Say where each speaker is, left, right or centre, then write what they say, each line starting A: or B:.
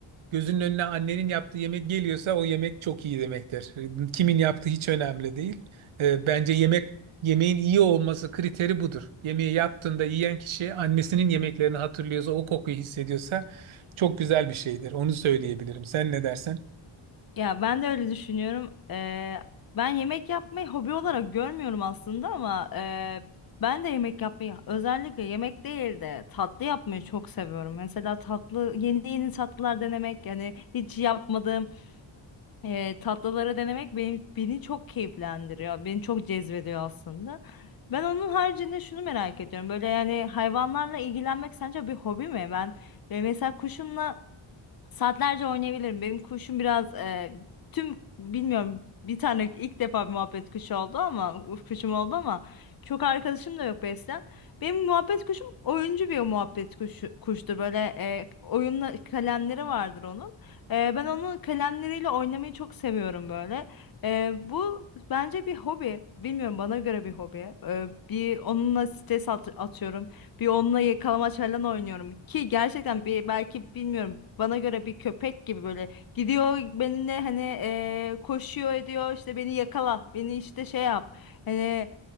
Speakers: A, on the right (about 80°); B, on the left (about 45°).
A: Gözünün önüne annenin yaptığı yemek geliyorsa o yemek çok iyi demektir. Kimin yaptığı hiç önemli değil. Ee, bence yemek yemeğin iyi olması kriteri budur. Yemeği yaptığında yiyen kişi annesinin yemeklerini hatırlıyorsa, o kokuyu hissediyorsa çok güzel bir şeydir. Onu söyleyebilirim. Sen ne dersen?
B: Ya ben de öyle düşünüyorum. Ee, ben yemek yapmayı hobi olarak görmüyorum aslında ama e, ben de yemek yapmayı özellikle yemek değil de tatlı yapmayı çok seviyorum. Mesela tatlı yeni yeni tatlılar denemek yani hiç yapmadığım E, tatlıları denemek beni, beni çok keyiflendiriyor. Beni çok cezbediyor aslında. Ben onun haricinde şunu merak ediyorum. Böyle yani hayvanlarla ilgilenmek sence bir hobi mi? Ben e, mesela kuşumla Saatlerce oynayabilirim. Benim kuşum biraz e, tüm bilmiyorum bir tane ilk defa bir muhabbet kuşu oldu ama uf, kuşum oldu ama çok arkadaşım da yok beslem. Benim muhabbet kuşum oyuncu bir muhabbet kuşu, kuştur. Böyle e, oyunla kalemleri vardır onun. E, ben onun kalemleriyle oynamayı çok seviyorum böyle. E, bu bence bir hobi. Bilmiyorum bana göre bir hobi. E, bir onunla stres at- atıyorum. Bir onunla yakalamaç falan oynuyorum ki gerçekten bir belki bilmiyorum bana göre bir köpek gibi böyle gidiyor benimle hani eee, koşuyor ediyor işte beni yakala beni işte şey yap hani